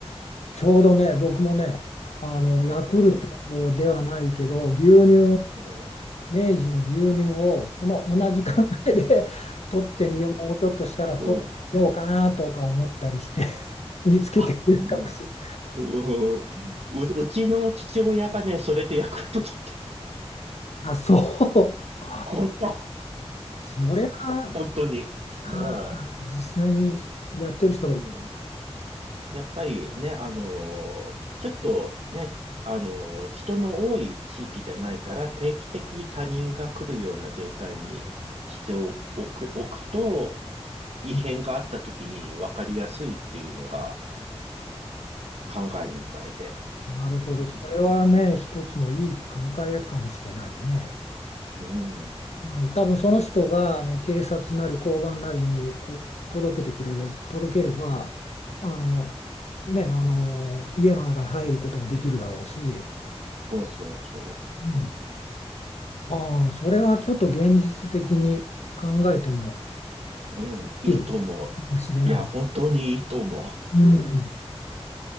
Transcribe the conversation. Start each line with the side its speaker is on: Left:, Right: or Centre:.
Left: ちょうどね、僕もね、あのヤクルトではないけど、
Right: うん、
Left: 牛乳、
Right: うん、
Left: 明治の牛乳をその同じ考えで
Right: うん。
Left: <laughs> 取ってみよう、もうちょっとしたら取ってみようかなとか思ったりして
Right: そう。
Left: <laughs> 見つけてくれるかもしれない。
Right: あ、うんうんう、うちの父親がね、それでヤクルト取って、
Left: あ、そう。
Right: 本当、
Left: それは、
Right: 本当に。
Left: あ
Right: も
Left: ー、実際にやってる人がいる。
Right: う、うん。やっぱりね、あのーちょっとね、あのー人の多い地域じゃないから定期的に他人が来るような状態にしておく、おくと、異変があった時に分かりやすいっていうのが
Left: うん
Right: 考えみたいで。
Left: なるほど。
Right: うん、
Left: それはね、一つのいい考えかもしれないね。
Right: うん
Left: うん、多分その人があの警察なり交番なりにこう届けてくれれば、届ければあの、ね、あの家の中に入ることもできるだろうし、
Right: そうそうそう。
Left: うん。
Right: う
Left: ああ、それはちょっと現実的に考えても
Right: ん、うん、いいと思う。
Left: いいかもしれない。
Right: いや、本当にいいと思う。
Left: うん。
Right: うん、